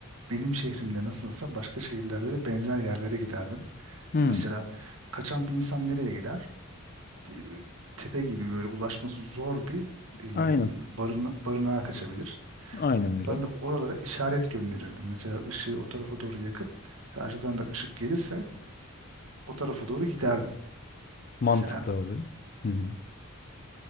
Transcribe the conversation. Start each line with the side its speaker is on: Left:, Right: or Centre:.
Right: benim şehrimde nasılsa başka şehirlerde de benzer yerlere giderdim.
Left: Hı.
Right: Mesela kaçan bir insan nereye gider? Bir tepe gibi böyle ulaşması zor bir e,
Left: Aynen.
Right: barına, barınağa kaçabilir.
Left: Aynen öyle.
Right: Ben de oralara işaret gönderirdim. Mesela ışığı o tarafa doğru yakıp karşıdan da ışık gelirse o tarafa doğru giderdim
Left: Mantıklı
Right: mesela.
Left: abi. Hı hı.